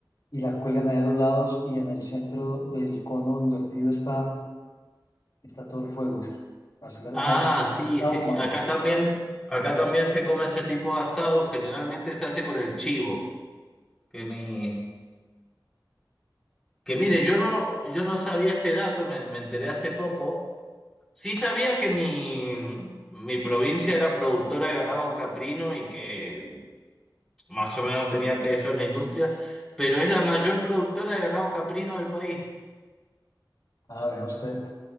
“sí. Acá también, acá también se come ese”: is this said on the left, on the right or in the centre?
Centre